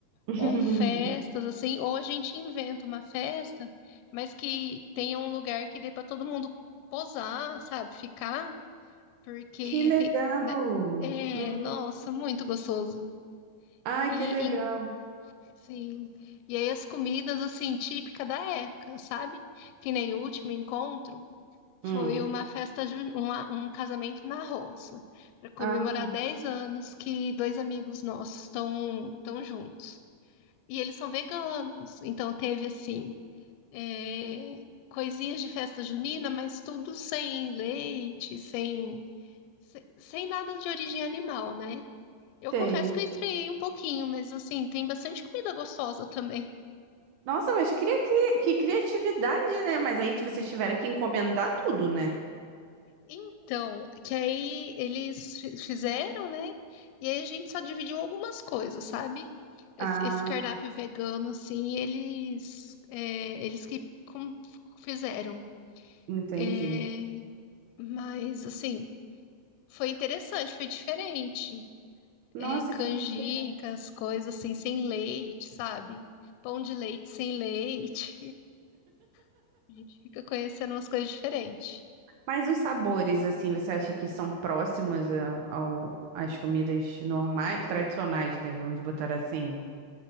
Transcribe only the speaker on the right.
<laughs>
Que legal!
Uhum.
Ai,
que legal!
Hum.
Ah,
sei
Nossa, mas cria, cria- que criatividade, né? Mas aí vocês tiveram que encomendar tudo, né?
Ah,
entendi.
Nossa,
que diferente.
Mas os sabores, assim, você acha que são próximos a- ao, às comidas normais, tradicionais, né? Vamos botar assim.